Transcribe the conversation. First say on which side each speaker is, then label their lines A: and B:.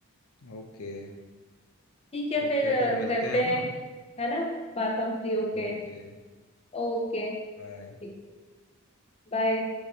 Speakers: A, on the left (about 75°); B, on the left (about 25°).
A: ओके
B: ठीक है
A: ओके
B: फिर अ,
A: फिर मिलते
B: करते
A: हैं ना
B: हैं है ना बात हम फ्री होके
A: ओके
B: ओके ठीक
A: बाय
B: बाय